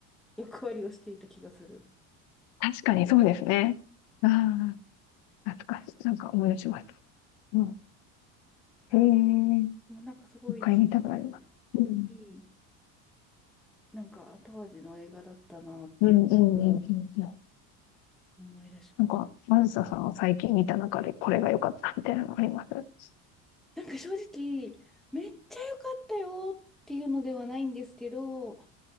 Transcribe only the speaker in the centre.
役割をしていた気がする。
あ、
もうなんかすごいじんわり
いい、なんか後味の映画だったなっていう。
思い出しまし
た。なんか正直、めっちゃ良かったよっていうのではないんですけど、